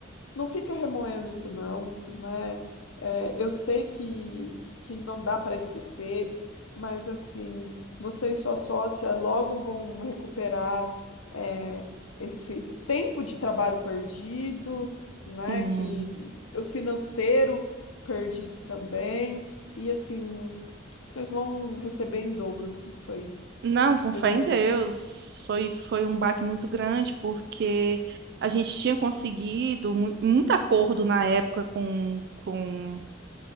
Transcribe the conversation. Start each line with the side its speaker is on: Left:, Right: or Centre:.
Left: Não fica remoendo isso não, né? É, eu sei que, que não dá para esquecer, mas assim, você e sua sócia logo vão recuperar é, esse tempo de trabalho perdido,
Right: sim.
Left: né? Que o financeiro perdido também, e assim, vocês vão receber em dobro isso aí,
Right: Não, com
Left: vocês
Right: fé
Left: vão
Right: em Deus.
Left: ver.
Right: Foi, foi um baque muito grande, porque a gente tinha conseguido mu- muito acordo na época com, com